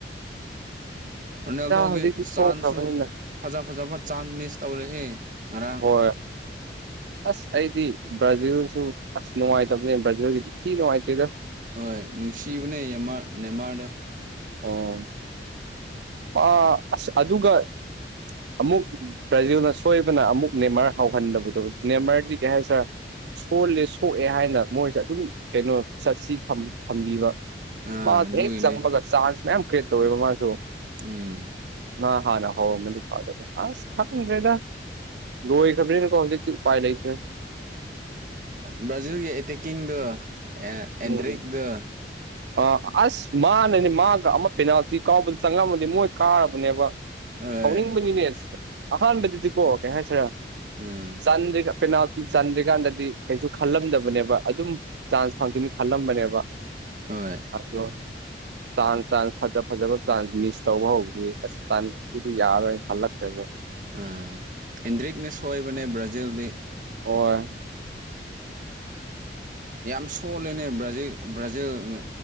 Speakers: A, on the right; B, on the right.
A: ꯔꯣꯅꯥꯜꯗꯣꯒꯤ
B: ꯍꯧꯖꯤꯛꯇꯤ
A: ꯆꯥꯟꯁꯁꯨ
B: ꯊꯣꯛꯈ꯭ꯔꯕꯅꯤꯅ
A: ꯐꯖ ꯐꯖꯕ ꯆꯥꯟꯁ ꯃꯤꯁ ꯇꯧꯔꯦꯍꯦ ꯉꯔꯥꯡ
B: ꯍꯣꯏ ꯑꯁ ꯑꯩꯗꯤ ꯕ꯭ꯔꯥꯖꯤꯜꯁꯨ ꯑꯁ ꯅꯨꯡꯉꯥꯏꯇꯕꯅꯦ ꯕ꯭ꯔꯥꯖꯤꯜꯒꯤꯗꯤ ꯊꯤ ꯅꯨꯡꯉꯥꯏꯇꯦꯗ
A: ꯍꯣꯏ ꯅꯨꯡꯁꯤꯕꯅꯦ ꯌꯦꯃꯥꯔ ꯅꯦꯃꯥꯔꯗꯣ
B: ꯑꯣ ꯑ ꯑꯁ ꯑꯗꯨꯒ ꯑꯃꯨꯛ ꯄ꯭ꯔꯖꯤꯜꯅ ꯁꯣꯏꯕꯅ ꯑꯃꯨꯛ ꯅꯦꯃꯔ ꯍꯥꯎꯍꯟꯗꯕꯗꯣ ꯅꯦꯃꯔꯗꯤ ꯀꯩ ꯍꯥꯏꯁꯤꯔ ꯁꯣꯜꯂꯦ ꯁꯣꯛꯑꯦ ꯍꯥꯏꯅ ꯃꯣꯏꯁꯦ ꯑꯗꯨꯝ ꯀꯩꯅꯣ ꯆꯞꯁꯤ ꯊꯝꯕꯤꯕ
A: ꯑꯥ
B: ꯃꯥꯗꯣ
A: ꯑꯗꯨꯒꯤꯅꯦ
B: ꯍꯦꯛ ꯆꯪꯕꯒ ꯆꯥꯟꯁ ꯃꯌꯥꯝ ꯀ꯭ꯔꯦꯠ ꯇꯧꯋꯦꯕ ꯃꯥꯁꯨ
A: ꯎꯝ
B: ꯃꯥ ꯍꯥꯟꯅ ꯍꯧꯔꯝꯃꯗꯤ ꯐꯗꯧꯕ ꯑꯥꯁ ꯈꯪꯗ꯭ꯔꯦꯗ ꯂꯣꯢꯈ꯭ꯔꯕꯅꯤꯅꯀꯣ ꯍꯧꯖꯤꯛꯇꯤ ꯎꯄꯥꯏ ꯂꯩꯇꯦ
A: ꯕ꯭ꯔꯥꯖꯤꯜꯒꯤ ꯑꯦꯇꯦꯛꯀꯤꯡꯗꯣ ꯑ ꯑꯦꯟꯗ꯭ꯔꯤꯛꯗꯣ
B: ꯎꯝ ꯑ ꯑꯁ ꯃꯥꯅꯅꯦ ꯃꯥꯒ ꯑꯃ ꯄꯦꯅꯥꯜꯇꯤ ꯀꯥꯎꯕꯗ ꯆꯪꯉꯝꯃꯗꯤ ꯃꯣꯏ ꯀꯥꯔꯕꯅꯦꯕ
A: ꯍꯣꯏ
B: ꯍꯧꯅꯤꯡꯕꯅꯤꯅꯦ ꯑꯍꯥꯟꯕꯗꯗꯤꯀꯣ ꯀꯩ ꯍꯥꯏꯁꯤꯔ
A: ꯎꯝ
B: ꯆꯟꯗ꯭ꯔꯤꯒ ꯄꯦꯅꯥꯜꯇꯤ ꯆꯟꯗ꯭ꯔꯤꯀꯥꯟꯗꯗꯤ ꯀꯩꯁꯨ ꯈꯜꯂꯝꯗꯕꯅꯦꯕ ꯑꯗꯨꯝ ꯆꯥꯟꯁ ꯐꯪꯈꯤꯅꯤ ꯈꯜꯂꯝꯕꯅꯦꯕ
A: ꯍꯣꯏ
B: ꯑꯗꯣ ꯆꯥꯟꯁ ꯆꯥꯟꯁ ꯐꯖ ꯐꯖꯕ ꯆꯥꯟꯁ ꯃꯤꯁ ꯇꯧꯕ ꯍꯧꯈꯤꯕꯒꯤ ꯑꯁ ꯐ꯭ꯔꯥꯁꯁꯤꯗꯤ ꯌꯥꯔꯣꯏꯅ ꯈꯜꯂꯛꯈ꯭ꯔꯦꯗ
A: ꯑꯥ ꯑꯦꯟꯗ꯭ꯔꯤꯛꯅ ꯁꯣꯏꯕꯅꯦ ꯕ꯭ꯔꯥꯖꯤꯜꯗꯤ
B: ꯍꯣꯢ
A: ꯌꯥꯝ ꯁꯣꯜꯂꯦꯅꯦ ꯕ꯭ꯔꯥꯖꯤꯜ ꯕ꯭ꯔꯥꯖꯤꯜꯅꯦ